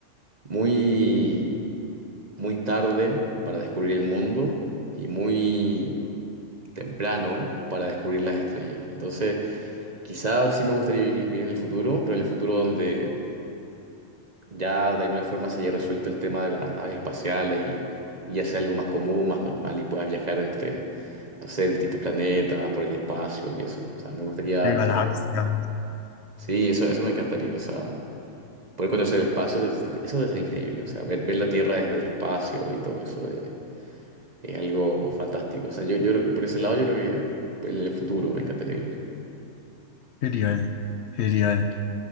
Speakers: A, on the right; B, on the left.
A: muy, muy tarde para descubrir el mundo y muy temprano para descubrir las estrellas. Entonces, quizás sí me gustaría vi- vivir en el futuro, pero en el futuro donde ya de alguna forma se haya resuelto el tema de las naves espaciales y, y ya sea algo más común, más normal y puedas viajar entre, no sé, distintos planetas, por el espacio y eso. O sea, me gustaría...
B: De galaxia.
A: Sí, eso, eso me encantaría. O sea, Poder conocer el espacio, des- eso debe ser increíble. O sea, ver, ver la Tierra desde el espacio y todo eso eh, es algo fantástico. O sea, yo, yo creo- por ese lado yo creo que pues, en el futuro me encantaría vivir.
B: Genial, genial.